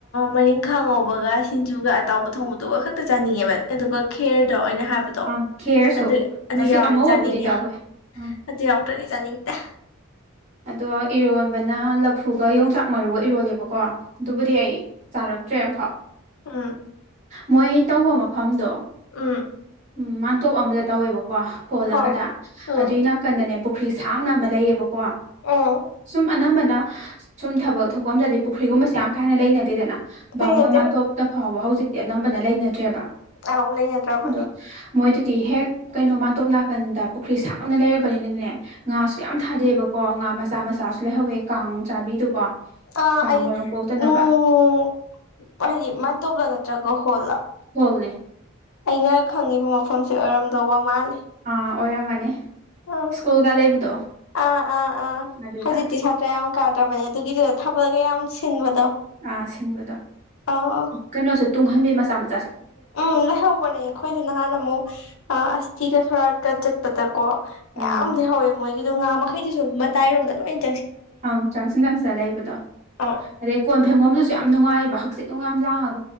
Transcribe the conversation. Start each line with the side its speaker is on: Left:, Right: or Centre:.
Left: ꯃꯔꯤ ꯈꯪꯍꯧꯕꯒ ꯑꯗꯨꯒ ꯑꯇꯥꯎꯕ ꯊꯣꯡꯕꯗꯨꯒ ꯈꯛꯇ ꯆꯥꯅꯤꯡꯉꯦꯕ ꯑꯗꯨꯒ ꯈꯦꯔꯗ ꯑꯣꯏꯅ ꯍꯥꯏꯕꯗꯣ
Right: ꯑꯪ ꯈꯦꯔꯁꯨ
Left: ꯑꯗꯨ ꯑꯗꯨ
Right: ꯉꯁꯤ
Left: ꯌꯥꯎꯗꯤ
Right: ꯑꯉꯧꯕꯕꯨꯗꯤ
Left: ꯆꯥꯅꯤꯡꯉꯦ
Right: ꯇꯧꯋꯦ ꯑꯪ
Left: ꯑꯗꯨ ꯌꯥꯎꯗꯗꯤ ꯆꯅꯤꯗ
Right: ꯑꯗꯣ ꯏꯔꯣꯟꯕꯅ ꯂꯐꯨꯒ ꯌꯣꯡꯆꯥꯛ ꯃꯔꯨꯒ ꯏꯔꯣꯜꯂꯦꯕꯀꯣ ꯑꯗꯨꯕꯨꯗꯤ ꯑꯩ ꯆꯥꯔꯛ ꯇꯦꯚꯥꯎ
Left: ꯑ
Right: ꯃꯣꯏ ꯇꯧꯕ ꯃꯐꯝꯗꯣ
Left: ꯎꯝ
Right: ꯎꯝ ꯃꯥꯥꯟꯇꯣꯞ ꯑꯃꯗ ꯇꯧꯋꯦꯕꯀꯣ ꯍꯣꯜ
Left: ꯍꯣꯏ
Right: ꯑꯃꯗ
Left: ꯎꯝ
Right: ꯑꯗꯨꯏ ꯅꯥꯀꯟꯗꯅꯦꯕ ꯄꯨꯈ꯭ꯔꯤ ꯁꯥꯡꯅ ꯑꯃ ꯂꯩꯌꯦꯕꯀꯣ
Left: ꯎꯝ
Right: ꯁꯨꯝ ꯑꯅꯝꯕ ꯁꯨꯝ ꯊꯕꯛ ꯊꯣꯛꯄ ꯑꯝꯗꯗꯤ ꯄꯨꯈ꯭ꯔꯤꯒꯨꯝꯕꯁꯦ ꯌꯥꯝ ꯀꯥꯟꯅ ꯂꯩꯅꯗꯦꯗꯅ
Left: ꯂꯩꯅꯗꯦ
Right: ꯕꯥꯃꯣꯏ ꯃꯥꯟꯇꯣꯞꯇ ꯐꯥꯎꯕ ꯍꯧꯖꯤꯛꯇꯤ ꯑꯅꯝꯕꯅ ꯂꯩꯅꯗ꯭ꯔꯦꯕ
Left: ꯑ ꯂꯩ ꯌꯥꯠꯇ꯭ꯔꯥꯕꯅꯤ
Right: ꯑꯗꯣ ꯃꯣꯏꯗꯨꯗꯤ ꯍꯦꯛ ꯀꯩꯅꯣ ꯃꯥꯟꯇꯣꯞ ꯅꯥꯀꯟꯗ ꯄꯨꯈ꯭ꯔꯤ ꯁꯥꯡꯅ ꯂꯩꯔꯕꯅꯤꯅꯅꯦ ꯉꯥꯁꯨ ꯌꯥꯝ ꯊꯥꯗꯩꯕ ꯀꯣ ꯉꯥ ꯃꯆꯥ ꯃꯆꯥꯁꯨ ꯂꯩꯍꯧꯋꯦ ꯀꯥꯡ ꯆꯥꯕꯤꯗꯨꯀꯣ
Left: ꯑ
Right: ꯀꯥꯡ
Left: ꯑꯩ
Right: ꯃꯔꯨꯝ ꯀꯣꯛꯇꯅꯕ
Left: ꯎꯝ ꯍꯥꯏꯗꯤ ꯃꯥꯟꯇꯣꯞꯂ ꯅꯠꯇ꯭ꯔꯒ ꯍꯣꯜꯂꯥ
Right: ꯍꯅꯦꯦ
Left: ꯑꯩꯅ ꯈꯪꯉꯤꯕ ꯃꯐꯝꯁꯦ ꯑꯣꯏꯔꯝꯗꯧꯕ ꯃꯥꯜꯜꯂꯤ
Right: ꯑꯥ ꯑꯣꯏꯔꯝꯃꯅꯤ
Left: ꯑ
Right: ꯁ꯭ꯀꯨꯜꯒ ꯂꯩꯕꯗꯣ
Left: ꯑꯥ ꯑꯥ ꯑꯥ
Right: ꯑꯗꯨꯗ
Left: ꯍꯧꯖꯤꯗꯤꯤ ꯁꯥꯇ꯭ꯔꯦ ꯑꯃꯨꯛ ꯀꯥꯗ꯭ꯔꯕꯅꯤ ꯑꯗꯨꯒꯤꯗꯨ ꯊꯕꯛꯒ ꯌꯥꯝ ꯁꯤꯟꯕꯗꯣ
Right: ꯑꯥ ꯁꯤꯟꯕꯗꯣ
Left: ꯑꯥ ꯑꯥ
Right: ꯀꯩꯅꯣꯁꯨ ꯇꯨꯡꯍꯟꯕꯤ ꯃꯆꯥ ꯃ
Left: ꯎꯝ ꯂꯩꯍꯧꯕꯅꯦ ꯑꯩꯈꯣꯏꯁꯨ ꯅꯍꯥꯟ ꯑꯃꯨꯛ ꯑꯁꯇꯤꯒ ꯁꯣꯔꯥꯠꯀ ꯆꯠꯄꯗꯀꯣ ꯃꯌꯥꯝꯗꯤ
Right: ꯎꯝ
Left: ꯍꯧꯋꯦ ꯃꯣꯏꯒꯤꯗꯣ ꯉꯥ ꯃꯈꯩꯗꯤꯁꯨ ꯃꯇꯥꯏꯔꯣꯝꯗ ꯂꯣꯏꯅ
Right: ꯑꯪ ꯆꯪꯁꯤꯟ ꯆꯪꯁꯤꯜꯂ ꯂꯩꯕꯗꯣ
Left: ꯑꯥ
Right: ꯑꯗꯩ ꯀꯣꯟ ꯐꯦꯡꯒꯣꯝꯗꯨꯁꯨ ꯌꯥꯝ ꯅꯨꯡꯉꯥꯏꯑꯕ ꯍꯛꯆꯤ ꯅꯨꯡ ꯌꯥꯝ ꯂꯥꯡꯉꯒ